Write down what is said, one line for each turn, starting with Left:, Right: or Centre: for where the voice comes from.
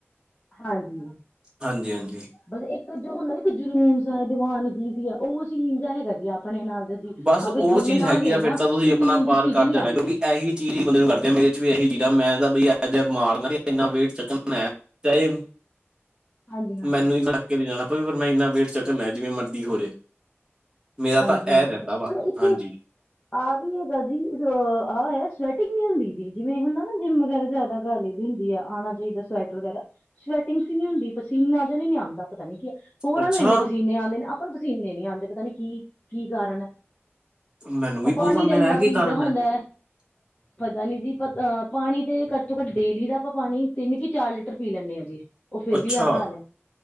Left: ਹਾਂਜੀ।
Right: ਹਾਂਜੀ ਹਾਂਜੀ
Left: ਬਸ ਇੱਕ ਜੋ ਹੁੰਦਾ ਨੀ ਇੱਕ ਜਨੂਨ ਸਾਏ, ਦੀਵਾਨਗੀ ਵੀ ਆ, ਉਹ ਸੀਨ ਜਾ ਹੈਗਾ ਜੀ ਆਪਣੇ ਨਾਲ।
Right: ਬਸ
Left: ਅਗਰ
Right: ਉਹ
Left: ਜਿੰਮ
Right: ਚੀਜ਼
Left: ਨਾ
Right: ਹੈਗੀ
Left: ਗਏ
Right: ਆ ਫਿਰ
Left: ਨਾ
Right: ਤਾਂ ਤੁਸੀਂ
Left: ਤੇ ਨੀਂਦ
Right: ਆਪਣਾ ਪਾਰ
Left: ਸੀਜ
Right: ਕਰ
Left: ਨੀ
Right: ਜਾਣਾ
Left: ਆਉਂਦੀ।
Right: ਕਿਉਂਕਿ ਇਹੀ ਚੀਜ਼ ਬੰ ਕਰਦੇ ਮੇਰੇ ਚ ਵੀ ਇਹੀ ਚੀਜ਼ ਆ, ਮੈਂ ਤਾਂ ਬ ਅਜ ਮਾਰਨਾ ਇੰਨਾ ਵੇਟ ਚੱਕਣਾ ਚਾਹੇ ਇਹ
Left: ਹਾਂਜੀ ਹਾਂਜੀ
Right: ਮੈਨੂੰ ਹੀ ਕੜੱਕ ਕੇ ਨਹੀਂ ਜਾਣਾ ਪਵੇ, ਪਰ ਮੈਂ ਇੰਨਾ ਵੇਟ ਚੱਕਰ ਲਿਆ ਜਿਵੇਂ ਮਰਜ਼ੀ ਹੋ ਰਹੇ। ਮੇਰਾ
Left: ਹਾਂਜੀ
Right: ਤਾਂ ਇਹ
Left: ਹਾਂਜੀ
Right: ਰਹਿੰਦਾ ਵਾ
Left: ਬਟ ਇੱਕ
Right: ਹਾਂਜੀ।
Left: ਆਹ ਵੀ ਹੈਗਾ ਜੀ ਅ ਆਹ ਸਵੈਟਿੰਗ ਨ ਹੁੰਦੀ ਜੀ, ਜਿਵੇਂ ਹੁੰਦਾ ਨਾ ਜਿੰਮ ਵਗੈਰਾ ਜ਼ਿਆਦਾ। ਗਲ ਈਹੋ ਜੀ ਹੁੰਦੀ ਆ ਆਣਾ ਚਾਹੀਦਾ, ਸਵੈਟ ਵਗੈਰਾ ਸਵੈਟਿੰਗਸ ਨੀ ਹੁੰਦੀ, ਪਸੀਨਾ ਨਜਰ ਨੀ ਆਉਂਦਾ ਪਤਾ ਨੀ ਕਿ ਹਾ। ਹੋਰਾਂ
Right: ਅੱਛਾ
Left: ਨੂੰ ਇੰਨੇ ਪਸੀਨੇ ਆਉਂਦੇ ਨੇ ਆਪਾਂ ਨੂੰ ਪਸੀਨੇ ਨਹੀਂ ਆਉਂਦੇ ਪਤਾ ਨੀ ਕੀ ਕੀ ਕਾਰਨ ਹੈ
Right: ਮੈਨੂੰ ਵੀ
Left: ਉਹ ਪਾਣੀ
Right: ਬਹੁਤ ਆਉਂਦਾ
Left: ਤੇ ਇਨਾ
Right: ਹੈ ਕੀ
Left: ਪੀਦਾ
Right: ਕਾਰਨ
Left: ਹੁੰਦਾ ਹੈ।
Right: <inaudible>
Left: ਪਤਾ ਨੀ ਜੀ, ਪ ਪਾਣੀ ਤੇ ਘੱਟ ਤੋਂ ਘੱਟ ਡੇਲੀ ਦਾ ਆਪਾਂ ਪਾਣੀ ਤਿੰਨ ਕੀ ਚਾਰ ਲੀਟਰ ਪੀ ਲੈਂਦੇ ਆਜੀ। ਉਹ ਫਿਰ
Right: ਅੱਛਾ
Left: ਵੀ ਆਹ ਹਾਲ ਹੈ,